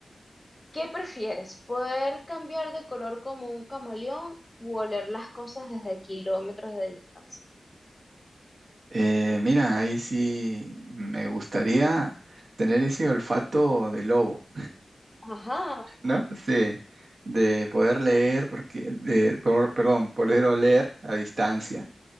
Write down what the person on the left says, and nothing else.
¿Qué prefieres? ¿Poder cambiar de color como un camaleón u oler las cosas desde kilómetros de distancia?
Ajá.